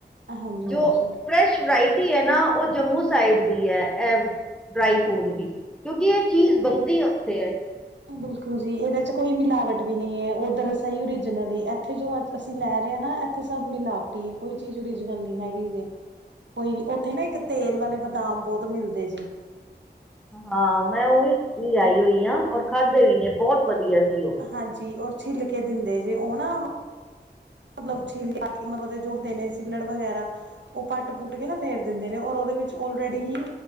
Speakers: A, on the right; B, in the centre.
A: ਹਾਂਜੀ
B: ਜੋ
A: ਹਾਂਜੀ
B: ਫਰੈਸ਼ ਵਰਾਇਟੀ। ਹੈ ਨਾ ਉਹ ਜੰਮੂ ਸਾਈਡ ਦੀ ਹੈ ਇਹ ਡਰਾਈ ਫਰੂਟ ਦੀ। ਕਿਉਂਕਿ ਏ ਚੀਜ਼ ਬਣਦੀ ਉੱਥੇ ਐ।
A: ਬਿਲਕੁਲ ਜੀ ਇਹਦੇ ਚ ਕੋਈ ਮਿਲਾਵਟ ਵੀ ਨਹੀਂ ਹੈ ਉਓਧਰਸਾਈ ਓਰੀਜਨਲ ਇੱਥੇ ਜੋ ਅੱਜ। ਅਸੀਂ ਲੈ ਰੇ ਅਤਨਾ ਇੱਥੇ ਸਭ ਮਿਲਾਵਟੀ ਐ ਕੋਈ ਚੀਜ਼ ਓਰੀਜਨਲ ਨੀ ਹੈਗੀ ਜੀ। ਕੋਈ ਵੀ ਉੱਥੇ ਨਾ ਇੱਕ ਤੇਲ ਵਾਲੇ ਬਦਾਮ ਬਹੁਤ ਮਿਲਦੇ ਜੇ।
B: ਹਾਂ ਮੈਂ ਉਹ ਵੀ ਵੀ ਆਈ ਹੋਈ ਹ ਔਰ ਖਾਧੇ ਵੀ ਨੇ ਬਹੁਤ ਵਧੀਆ ਸੀ ਉਹ।
A: ਹਾਂਜੀ ਉਹ ਛਿੱਲ ਕੇ ਦਿੰਦੇ ਜੇ ਉਹ ਨਾ। ਮਤਲਬ <unintelligible> ਜੋ ਹੁੰਦੇ ਨੇ ਸਿੱਲੜ ਵਗੈਰਾ ਉਹ ਪੱਟ ਪੁੱਟ ਕੇ ਨਾ। ਫੇਰ ਦਿੰਦੇ ਨੇ ਔਰ ਉਹਦੇ ਵਿੱਚ ਓਲਰੇਡੀ ਹੀ।